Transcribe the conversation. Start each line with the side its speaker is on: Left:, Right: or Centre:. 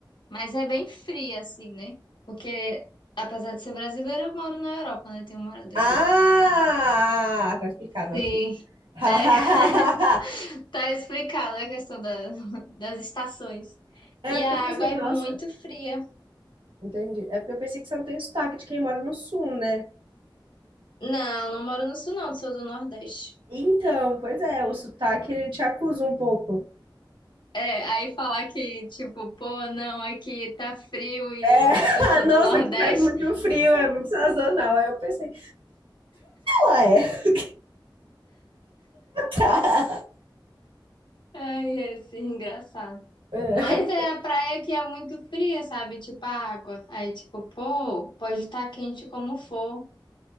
Left: mas é bem fria assim, né? Porque apesar de ser brasileira, eu moro na Europa, né? Tenho morado
Right: Ah,
Left: aqui.
Right: tá explicado
Left: Sim,
Right: aqui. <laughs>
Left: é, <laughs> tá explicada a questão da- das estações.
Right: É
Left: E
Right: porque
Left: a
Right: eu pensei,
Left: água é
Right: nossa,
Left: muito fria.
Right: entendi. É porque eu pensei que você não tem sotaque de quem mora no sul, né?
Left: Não, não moro no sul, não, sou do Nordeste.
Right: Então, pois é, o sotaque ele te acusa um pouco.
Left: É, aí falar que, tipo, pô, não, aqui tá frio e
Right: É,
Left: eu, eu sou
Right: <laughs> nossa,
Left: do Nordeste.
Right: que faz muito frio, é muito sazonal. Aí eu pensei, Ué, <laughs> tá.
Left: Ai, é assim, engraçado.
Right: É,
Left: Mas é a praia que é muito fria, sabe? Tipo, a água. Aí, tipo, pô, pode estar quente como for.